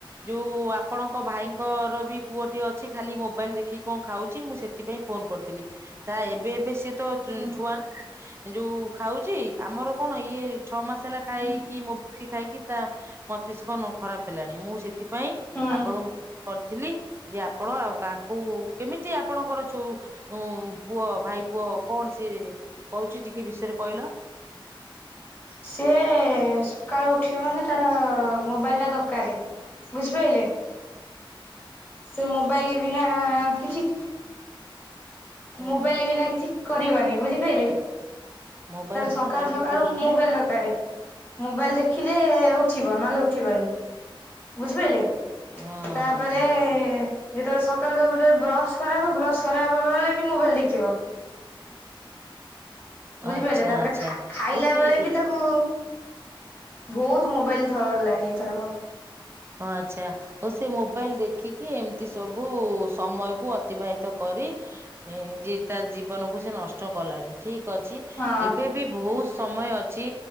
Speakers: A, on the right; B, on the left.
A: ଯୋଉ ଆପଣଙ୍କ ଭାଇଙ୍କର ବି ପୁଅଟିଏ ଅଛି, ଖାଲି ମୋବାଇଲ୍ ଦେଖିକି କଣ ଖାଉଚି, ମୁଁ ସେ ସେଥିପାଇଁ ଫୋନ କରିଥିଲି, ତା ଏବେ ଏବେ ସିଏ ତ
B: ହଁ
A: ଛୁଆ ନା, ଯୋଉ ଖାଉଚି, ଆମର କଣ ଇଏ ଛଅ ମାସ ହେଲା ଖାଇକି,
B: ହଁ।
A: ମୋବାଇଲ୍ ଖାଇକି ତା ମସ୍ତିଷ୍କ ନ ଖରାପ ହେଲାଣି, ମୁଁ ସେ ଏଥିପାଇଁ
B: ହୁଁ
A: ଆପଣଙ୍କୁ କରିଥିଲି, ଯେ ଆପଣ ଆଉ ତାଙ୍କୁ କେମିତି ଆପଣଙ୍କର ଚୋଉ, ଉଁ ପୁଅ ଭାଇ ପୁଅ କଣ ସିଏ କହୁଚି, ଟିକେ ବିଷୟରେ କହିଲ?
B: ସିଏ ସକାଳୁ ଉଠିବ ମାନେ, ତାର ମୋବାଇଲ ଟା ଦରକାରେ। ବୁଝିପାଇଲେ? ସେ ମୋବାଇଲ ବିନା କିଛି
A: ଓ
B: ମୋବାଇଲ ବିନା କିଛି କରିବନି, ବୁଝିପାଇଲେ?
A: ମୋବାଇଲ
B: ତାର ସକାଳୁ
A: କରିପାରିବି
B: ସକାଳୁ ମୋବାଇଲ
A: ନା
B: ଦରକାରେ। ମୋବାଇଲ ଦେଖିଲେ ଉଠିବ, ନହେଲେ ଉଠିବନି, ବୁଝିପାଇଲେ?
A: ଓହୋ
B: ତାପରେ
A: ହୋ
B: ଯେତେବେଳେ ସକାଳୁ ତାପରେ ବ୍ରସ୍ କରାହବ, ବ୍ରସ୍ କରାହବା ବେଳେ ବି ମୋବାଇଲ୍ ଦେଖିବ। ବୁଝିପାଇଲେ,
A: ଆଚ୍ଛା
B: ତାପରେ
A: ଆଚ୍ଛା
B: ଖା ଖାଇଲା
A: ଓ ସେ
B: ବେଳେ ବି ତାକୁ ବହୁତ ମୋବାଇଲ୍ ଧରିଲାଣି ଏଥରକ।
A: ହଁ ଆଚ୍ଛା। ଓ ସେ ମୋବାଇଲ ଦେଖିକି ଏମିତି ସବୁ ସମୟ କୁ ଅତିବାହିତ କରି ଏମିତି ତା ଜୀବନକୁ ସେ ନଷ୍ ଟ କଲାଣି। ଠିକ ଅଛି,
B: ହଁ
A: ଏବେ ବି ବହୁତ ସମୟ ଅ ଛି।